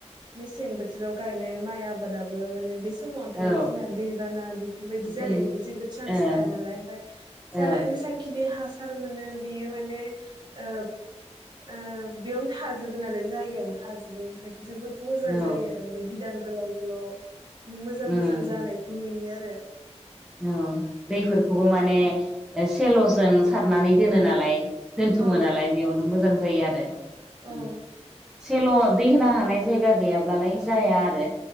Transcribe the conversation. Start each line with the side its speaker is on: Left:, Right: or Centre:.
Right: मेसें बोथोराव गायनाय माइ आबादो माने बेसे जोंना
Centre: औ औ
Right: दैबाना बेफोरबायदि जानायनिबो
Centre: दै
Right: जेबो चान्स
Centre: ओ
Right: थायानालाय ओमफ्राय
Centre: औ
Right: जा जेसांखिनि हासा मोनो बियो माने ओ से ओ बेयावनो थाजोबो नालाय जायगायावनो थाजोबो ओंखायनो जोबोद मोजां
Centre: औ
Right: जायो आरो माने बिदां गोलाव गोलाव माने इदिनो मोजां
Centre: उम
Right: मोजां जानायखौ नुयो आरो। बे
Centre: औ दैफोरखौबो माने एसेलजों सारनानै दोनो नालाय दोनथुमो
Right: औ
Centre: नालाय बेयावनो मोजां जायो आरो उम।
Right: औ
Centre: सेल दै होनो हानाय जायगा गैयाब्लाालाय जाया आरो